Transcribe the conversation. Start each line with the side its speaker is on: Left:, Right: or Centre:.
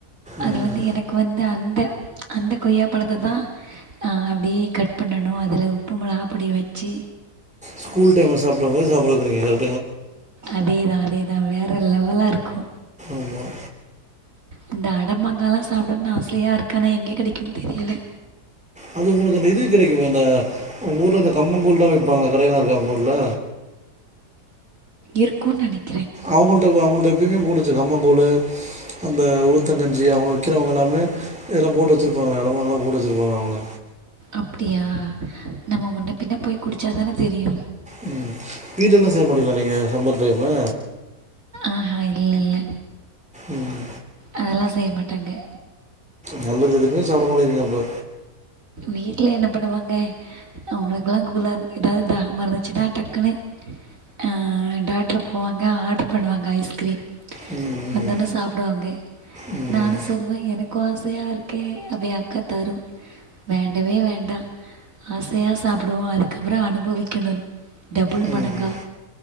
Centre: ம்
Right: அது வந்து எனக்கு வந்து அந்த அந்த கொய்யாப்பழத்த தா அஹ் அப்டியே கட் பண்ணணு அதுல உப்பு மொளகா பொடிய வச்சி
Centre: ஸ்கூல் டைம்ல சாப்ட்ட மாரி சாப்ட <unintelligible>
Right: அதேதா அதேதா வேற லெவலா இருக்கு
Centre: ஆமாம்
Right: இந்த அடமாங்காலா சாப்டணுனு ஆசையா இருக்கு ஆனா எங்க கெடைக்குனு தெரியல
Centre: அது உங்களுக்கு ந்த இது கெடைக்குமா இந்த உங்க ஊர்ல இந்த கம்மங்கூழ்ல வப்பாங்க கடையிலா இருக்க உங்க ஊர்ல
Right: இருக்கு நெனைக்
Centre: அவுங்குள் அவங்கள்ட எப்பயுமே போட்டு வெச்சுருப் கம்மங்கூழு அந்த உளுத்தங்கஞ்சி அவுங்க விக்கிறவங்க எல்லாமே இதெல்லா போட்டு வச்சிருப்பாங்களே <unintelligible> போட்டு வச்சிருப்பாங்களே அவுங்களா
Right: அப்டியா நம்ம முன்ன பின்ன போய் குடிச்சா தான தெரியு
Centre: உம் வீட்ல எல்லா செய்ய மாடிங்கலா நீங்க சம்மர் டைம்மு
Right: ஆஹா இல் இல்ல
Centre: ம்
Right: அதெல்லா செய்ய மாட்டாங்க
Centre: நல்லது இதுக்குமே சாப்ட மாட்டிங்றிங்க அப்ப
Right: வீட்டுல என்ன பண்ணுவாங்க அவங்களுக்குல்லா கூலா ஏதாது தாகமா இருந்துச்சுன்னா டக்குன்னு அஹ் டாட் ட்டில போவாங்க ஆடரு பண்ணுவாங்க ஐஸ்கிரீம்
Centre: ம்,
Right: வந்தோன்ன சாப்பிடுவாங்க
Centre: ம்,
Right: நானு சொல்லுவே எனக் கோ ஆசயா இருக்கே அப்படியே எ அக்கா தரும் வேண்டவே வேண்டா ஆசையா சாப்புடுவோ அதுக்கப்புற அனுபவிக்கணுனு டபுள்
Centre: ம்.
Right: மடங்கா